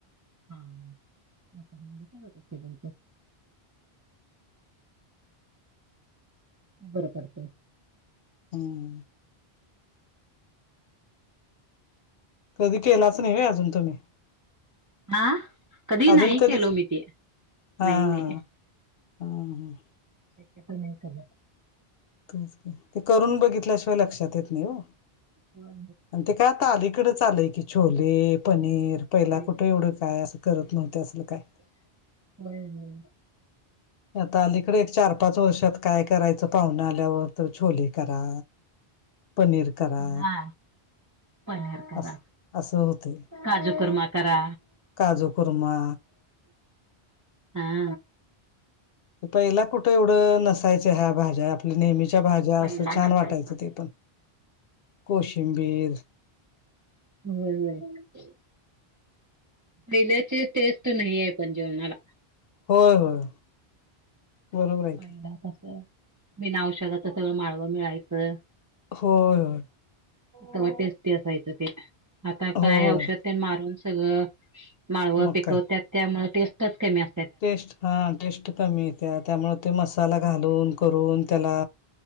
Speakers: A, on the right; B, on the left.
A: <unintelligible> <inaudible> बर पडते.
B: हम्म कधी केलाच नाही अजून तुम्ही.
A: हा
B: अजून
A: नाही
B: कधी
A: केलो मी ते
B: हा
A: नाही नाही.
B: हा. हम् हम.
A: शक्यतो नाही कधी.
B: तुमचं करून बघ ल्याशिवा लक्ष येत नाही ओ
A: होय
B: अन ते काय आता अलीकडेच आले की. छोले पनीर पहिला
A: होय
B: कुठं
A: होय
B: एवढं काय असं करत नव्हत असल काय.
A: होय होय.
B: आता अलीकडे एक चार पाच वर्षात काय करायचं पाहुना आल्यावर तर छोले करा. पनीर करा
A: हा पनीर करा,
B: अस असं होते.
A: काजू कुर्मा करा.
B: काजू कुर्मा
A: हा
B: पहिला कुठं एवढं नसायचं ह्या भाज्यायात. नेहमीच्या भाज्या
A: पहिला
B: असं छान
A: नसायचा.
B: वाटायचं ते पण कोशंबीर.
A: होय होय. पहिल्याची टेस्ट नाही आहे पण जेवणाला.
B: होय होय. बरोबर आहे की
A: पहिला कस बिना औषधाच सगळं माळवं मिळायचं.
B: होय होय.
A: ते टेस्टी असायचं ते आता काय
B: होय
A: औषध ते मारून सगळं माळव
B: मग
A: पिकवत्यात
B: काय
A: त्यामुळे टेस्टच कमी अस
B: टेस्ट हा टेस्ट कमी इत्या त्यामुळे ते मसाला
A: हा
B: घालून करून त्याला.